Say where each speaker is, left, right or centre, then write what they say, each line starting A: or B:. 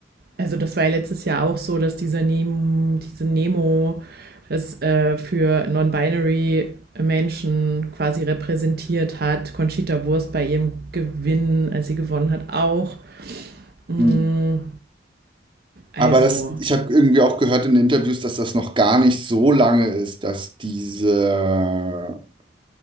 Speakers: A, on the right; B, on the right.
A: also das war ja letztes Jahr auch so, dass dieser Nemo, diese Nemo, das äh, für Non-Binary Menschen quasi repräsentiert hat. Conchita Wurst bei ihrem Gewinn, als sie gewonnen hat, auch. Hm,
B: hm. Aber
A: Also,
B: das, ich habe irgendwie auch gehört in Interviews, dass das noch gar nicht so lange ist, dass diese